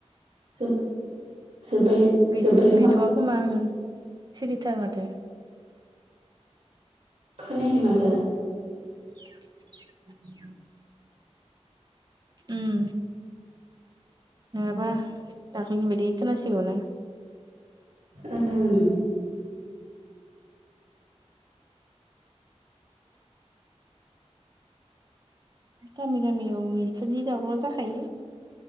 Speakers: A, on the right; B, on the right.
A: जोब जोब्बाय
B: गै
A: जोब्बाय
B: गैथ'वा खोमा ओं। सिरिथार माथो।
A: खोनायाखै माथो।
B: <inaudible> उम नङाबा दाख्लैनि बायदि खोनसिगौ ना।
A: ओं
B: गामि गामियाव बेफोरनि दावराव जाखायो।